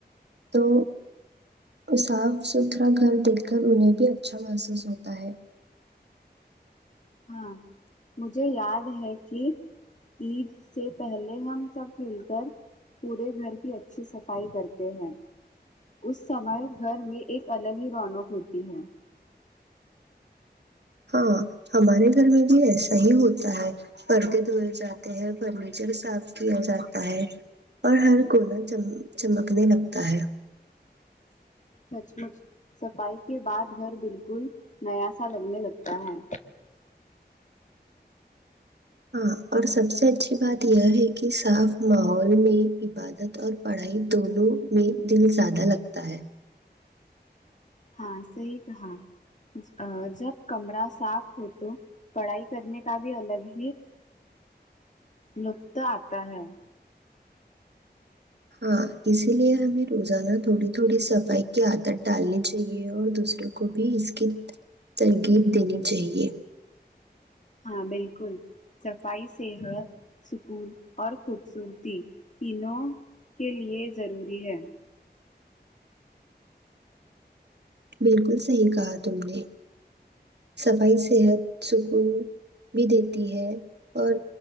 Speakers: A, on the right; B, on the left.
A: تو اور صاف ستھرا گھر دیکھ کر انہیں بھی اچھا محسوس ہوتا ہے
B: ہاں مجھے یاد ہے کہ عید سے پہلے ہم سب مل کر پورے گھر کی اچھی صفائی کرتے ہیں اس سمے گھر میں ایک الگ ہی رونق ہوتی ہے
A: ہاں ہمارے گھر میں بھی ایسا ہی ہوتا ہے پردے دھوئے جاتے ہیں فرنیچر صاف کیا جاتا ہے اور ہر کونا چم چمکنے لگتا ہے
B: سچ مچ صفائی کے بعد گھر بالکل نیا سا لگنے لگتا ہے
A: ہاں اور سب سے اچھی بات یہ ہے کہ صاف ماحول میں عباد دت اور پڑھائی دونوں میں دل زیادہ لگتا ہے
B: ہاں صحیح کہااں جب کمرہ صاف ہو تو پڑھائی کرنے کا بھی الگ ہی لطط آتا ہے
A: ہاں اسی لیے ہمیں روزانہ تھوڑی تھوڑی صفائی کی عادت ڈالنی چاہیے اور دوسروں کو بھی اس کی تلقین دینی چاہیے
B: ہاں بالکل صفائی صحت سکون اور خوبصورتی تینوں کے لیے ضروری ہے
A: بالکل صحیح کہا تم نے صفائی صحت سکون بھی دیتی ہے اور